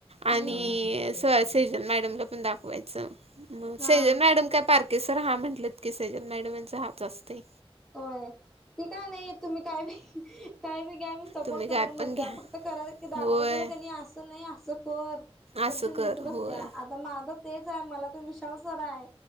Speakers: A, on the right; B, in the centre.
A: आणि
B: हम्म
A: सय. सेजल मॅडमला पण दाखवायचं. म सेजन
B: हा
A: मॅडम काय पारकेसर हा म्हटलेत की सैजन मॅडम यांचा हाच असतेय.
B: ओय ठी काय नाही तुम्ही काय बे काय बेघ्यामी सपोर्ट
A: तुम्ही
B: कणारला
A: काय
B: म्हणते
A: पण घ्या
B: फक्त करा दाखवाय
A: होय
B: गेले क नाही आस नाही आस आहे. कर सजेशन
A: असं कर
B: देत बसत्या
A: होय
B: आता माझं तेच आहे मला त विशाल सर आहे.